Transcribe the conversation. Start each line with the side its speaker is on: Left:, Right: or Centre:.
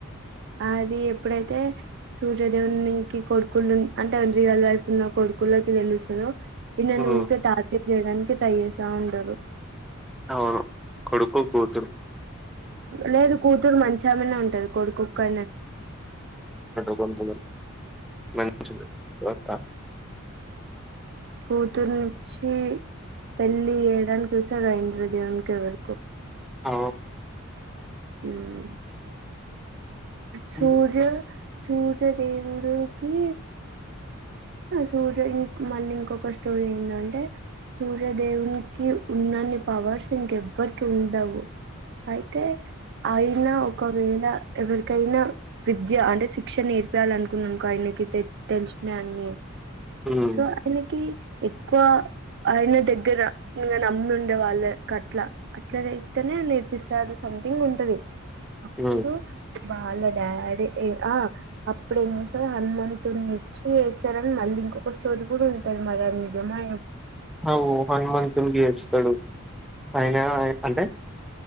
Right: అది ఎప్పుడైతే సూర్యదేవునికి కొడుకులు అంటే రియల్ వైఫ్ ఉన్న కొడుకుల్లోకి తెలుస్తుందో ఇ ననుఊకే
Centre: ఉమ్,
Right: తాతి చేయడానికి ట్రైసా అందరూ
Centre: అవును కొడుకో పోతు
Right: లేదు కూతురు మంచిామనే ఉంటది కొడుకుక్కనే
Centre: మడి మంచి బ
Right: కూతురు నుచ్చి పెళ్లి ఏ రాలు కూసాగాయంద్రదివకవరకు
Centre: ఆ
Right: అ అ సూర్య
Centre: ఊ
Right: సూర్యదేవుడుకి సూర్యం మళ్ళీ ఇంకొక స్టోరీ ఏంటంటే సూర్యదేవునికి ఉన్నన్ని పవర్స్ ఇంకెవ్వరికి ఉండవు అయితే అయినా ఒకవేళ ఎవరి ఎకైనా విద్య అంటే శిక్ష నేర్పయాలి అనుకున్నానుకో ఆయనకి తె తెలిసినయన్ని
Centre: ఊ
Right: సో అనకి ఎక్కువ ఆయన దగ్గర నమ్మి ఉండే వాళ్ళకి అట్లా అట్ల అైతేనే నేర్పిస్తారు సొమెథింగ్ ఉంటది అప్పుడు
Centre: ఆ
Right: వాళ్ళ డాడీ ఆ అప్పుడుేం చేసారు హనుమంతుడిని ఇచ్చి వసారని మళ్ళీ ఇంకొక స్టోర కూడా ఉంటారు మరి నిజమా
Centre: అ హనుమతులుగిస్తడు అయిన అంటే